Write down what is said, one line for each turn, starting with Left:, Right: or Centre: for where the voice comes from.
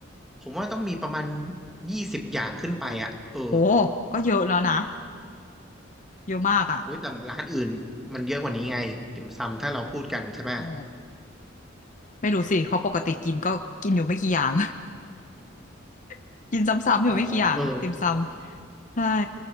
Centre: ผมว่าต้องมีประมาณยี่สิบอย่างขึ้นไปอ่ะเออ
Left: โอ้ก็เยอะแล้วนะเยอะมากอ่ะ
Centre: โอ้ยแต่ร้านอื่นมันเยอะกว่านี้ไงติ่มซำถ้าเราพูดกันใช่ไหม
Left: อ๋อไม่รู้สิเพราะปกติกินก็กินอยู่ไม่กี่อย่าง <laughs> กินซ้ำๆอยู่ไม่กี่อย่างติ่มซำ
Centre: อ๋อเออ
Left: ใช่